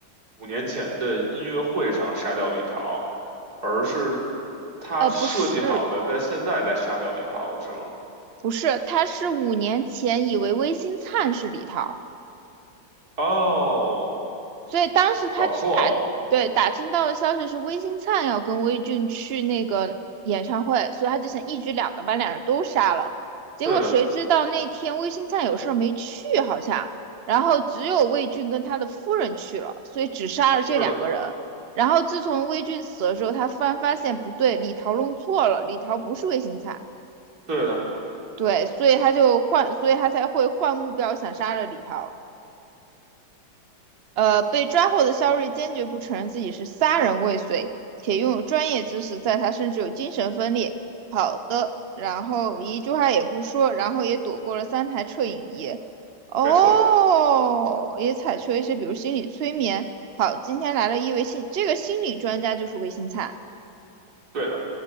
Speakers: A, on the right; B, on the right.
A: 五年前的音乐会上杀掉李桃，而是。他设计好的，
B: 呃，不是，
A: 在现在再杀掉李涛是吗？
B: 不是，他是五年前以为微星灿是李涛。
A: 哦，
B: 所以当时他听打对打听到的消息是魏新灿要跟魏俊去那个演唱会，
A: 搞错了，
B: 所以他就想一举两得，把两人都杀了。结果谁知道那天魏新灿有事儿没去，
A: 对的，
B: 好像，然后只有魏俊跟他的夫人去了，所以只杀了这两个人。
A: 是的，
B: 然后自从魏俊死了之后，他突然发现不对，李桃弄错了，李桃不是魏新灿，
A: 对的，
B: 对，所以他就换，所以他才会换目标想杀了李桃。呃，被抓获的肖瑞坚决不承认自己是杀人未遂，且拥有专业知识，在他甚至有精神分裂。好的，然后一句话也不说，然后也躲过了三台摄影仪。哦，
A: 没错，
B: 也采取了一些，比如心理催眠。好，今天来了一位心，这个心理专家就是魏新灿，
A: 对的。